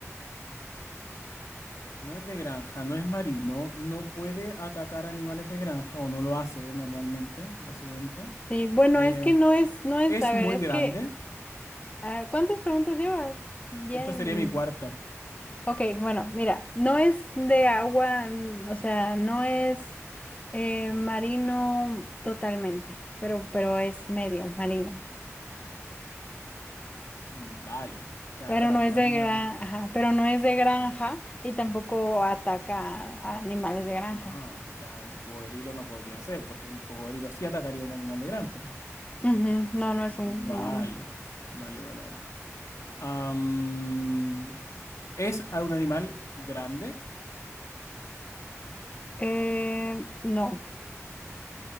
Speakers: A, on the left (about 80°); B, on the left (about 25°).
A: No es de granja, no es marino, no puede atacar animales de granja o no lo hace normalmente, básicamente.
B: Sí, bueno,
A: Eh,
B: es que no es, no es,
A: ¿es
B: a ver,
A: muy
B: es
A: grande?
B: que, ah, ¿cuántas preguntas llevas? Ya
A: Esta
B: ni m-
A: sería mi cuarta.
B: Ok, bueno, mira, no es de agua, n- o sea, no es eh, marino totalmente, pero, pero es medio marino.
A: mm, Vale. O sea,
B: Pero
A: claro,
B: no es
A: no es
B: de
A: mar...
B: granja, pero no es de granja y tampoco ataca a a animales de granja.
A: Ajá. O sea, un cocodrilo no podría ser, porque un cocodrilo sí atacaría a un animal de granja.
B: Ujú, No, no es
A: Vale.
B: un, no, no es co-
A: Vale, vale, vale. Am, ¿es a un animal grande?
B: Eh, no,